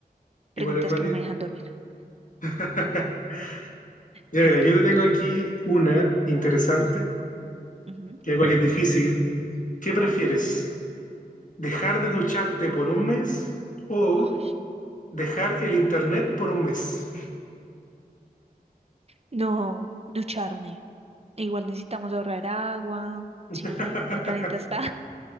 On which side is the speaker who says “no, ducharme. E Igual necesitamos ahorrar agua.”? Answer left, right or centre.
Right